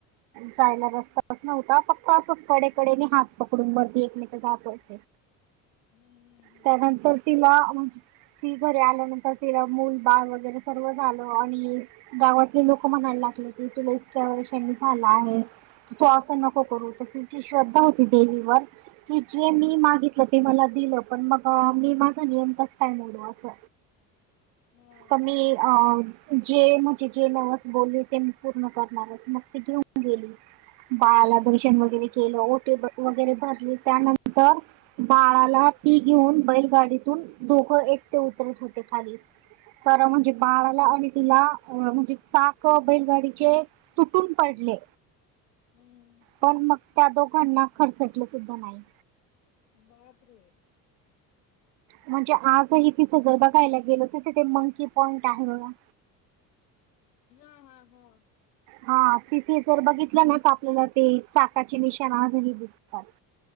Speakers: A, on the right; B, on the left.
A: जायलां रस्ता बसं नव्हतां फक्तं असं कडेकडे
B: हम्म
A: नाहीं हांत पकडूंन मरती एकमेक जातो असे
B: हम्म
A: त्यानंतर तिलां म्हंण ती घरी आल्यानंतर तिलां मूलं बाळं वगैरें सर्व झालं आणि गांवातले लोकं म्हणांयला लागले की तुलां इतक्यां वर्षांनीं झालां आहे तु असं नको करूं तिची श्रद्धा होती देवीवर की जे मी
B: हम्म
A: मागितलं ती नी मलां दिलं पणं मंग मी माझां नियंम असां कायं मोडू असं
B: हम्म
A: ते मी अ जे म्हणजे जे नव्हस बोलली ते मी पूर्ण करणांरचं मंग ते घेऊन गेलीं बाळांला
B: हम्म
A: दर्शन वगैरें केलं
B: हम्म
A: ओटी वगैरें भरली त्यांनंतर बाळांला मी घेऊन बैलगांडीतूंन दोघं एकटे उतरतं होते खांली तरं म्हणजे बाळांला आणि तिलां म्हणजे चाकं बैलगांडी चे तुंटूनं पडलें
B: हम्म
A: पणं मंग त्यां दोघांना खर्चटलं सुद्धां नाहीं
B: बापरे
A: म्हणजे आजही तिथं जरं बघायलां गेलो तरं तिथे मंकी पॉईंट आहे बघां
B: हां हां हां
A: हां तिथे जरं बघितलं नां तरं आपल्यांला ते चाकाची निशांणा आजही दिसतांत